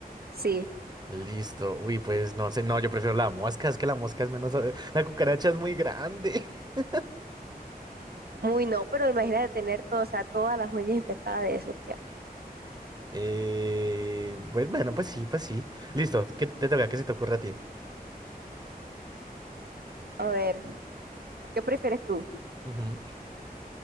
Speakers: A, on the right; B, on the right.
A: Sí,
B: Listo. Uy, pues no sé, no, yo prefiero la mosca, es que la mosca es menos... eh, La cucaracha es muy grande. <laughs>
A: muy no, pero imagínate
B: Mm.
A: tener todo, o sea, todas las uñas infestadas de eso. qué asco.
B: Eh, pues bueno, pues sí, pues sí. Listo, ¿qué te toca? ¿Qué se te ocurre a ti?
A: A ver, ¿qué prefieres tú?
B: Ujú.